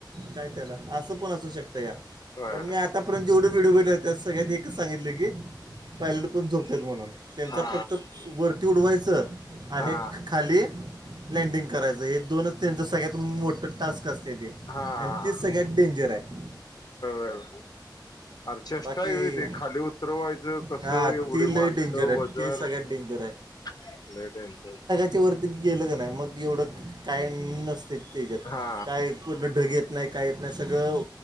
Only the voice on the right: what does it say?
काय त्याला अस पण असू शकत या
पण मी आ त्यापर्ंत जेढे व्हडिओ बोललाले त्या सगळ्यांनी एकच सांगितलं की पायलट पण झोपतात म्हणून त्यांचा
फक्त वरती उडवायचं. आणि
खाली लँडिंग करायचं हे दोनच त्यांचं सगळ्यात मोठं टास्क असते ते.
आणि ती सगळ्यात डेंजर आहे.
बाकी
हां
ती लय
डेंजर आहे
ती सगळ्यात डेंजर
त्याच्यावरती मी गेलं का नाही मग एवढं काय नसत त्याच्यात
काय कुठलं ढगेत. नाही काय येत नाही सगळं